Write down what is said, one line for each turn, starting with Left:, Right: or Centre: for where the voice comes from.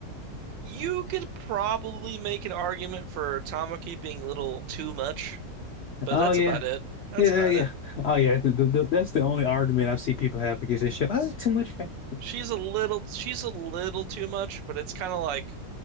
Right: You could probably make an argument for Tamaki being a little too much, but
Left: Oh
Right: that's
Left: yeah,
Right: about it. That's
Left: yeah,
Right: about
Left: yeah.
Right: it.
Left: Oh yeah. The, the, the, that's the only argument I see people have against this show. Oh, it's too much fantasy.
Right: She's a little she's a little too much, but it's kind of like